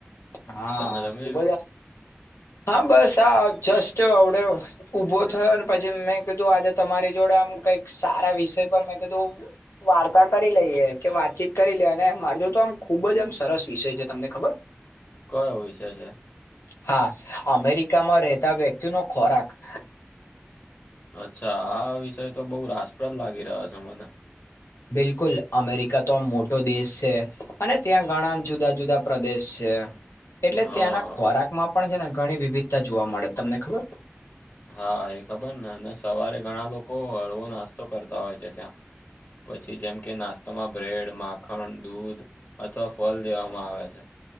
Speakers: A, on the left (about 85°); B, on the left (about 40°).
A: હા.
B: તમે જમી
A: <unintelligible>
B: લીધું
A: હા બસ આ જસ્ટ આવવડે ઉભો થયો પછી મેં કીધું આજે તમારી જોડે આમ કઈક સારા વિષય પર મેં કીધું વાર્તા કરી લઈએ કે વાતચીત કરી લઈએ અને માર જો તો આમ ખુબ જ આમ સરસ વિષય છે. તમને ખબર?
B: કયો વિષય છે?
A: હા, અમેરિકામાં રહેતા વ્યક્તિનો ખોરાક
B: અચ્છા, આ વિષય તો બહુ રાસપ્રદ લાગી રહ્યો છે મને.
A: બિલકુલ, અમેરિકા તો આમ મોટો દેશશે અને ત્યાં ઘણા જુદા જુદા પ્રદેશ છે. એટલે
B: હા
A: ત્યાંના ખોરાક માં પણ છે ને ઘણી વિવિધતા જોવા મળે તમને ખબર
B: હા એ ખબર ને અને સવારે ઘણા લોકો હળવો નાસ્તો કરતા હોય છે ત્યાં પછી જેમ કે નાસ્તામાં બ્રેડ માખણ દૂધ અથવા ફલ દેવામાં આવે છે.